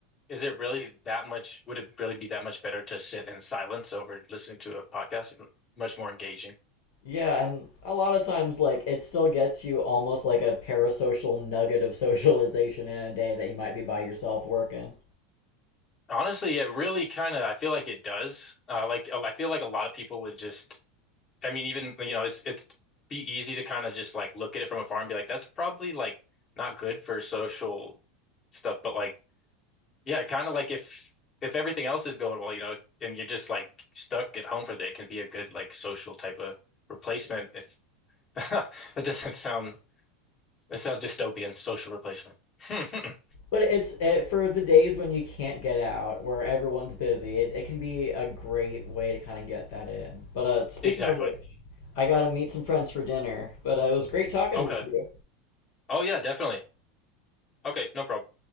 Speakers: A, on the left; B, on the left.
A: is it really that much? Would it really be that much better to sit in silence over listening to a podcast? Much more engaging.
B: Yeah, and a lot of times like it still gets you almost like a parasocial nugget of <laughs> socialization in a day that you might be by yourself working.
A: Honestly, it really kind of, I feel like it does. Uh, like, I feel like a lot of people would just, I mean, even you know, it's it's be easy to kind of just like look at it from afar and be like, that's probably like not good for social stuff. But like, yeah, kind of like if if everything else is going well, you know, and you're just like stuck at home for the day, it can be a good like social type of replacement. If <laughs> it doesn't sound, it sounds dystopian, social replacement. <laughs>
B: But it's it, for the days when you can't get out, where everyone's busy. It, it can be a great way to kind of get that in. But uh, speaking
A: Exactly.
B: of which, I gotta meet some friends for dinner. But uh, it was great talking
A: Okay.
B: with you.
A: Oh yeah, definitely. Okay, no problem.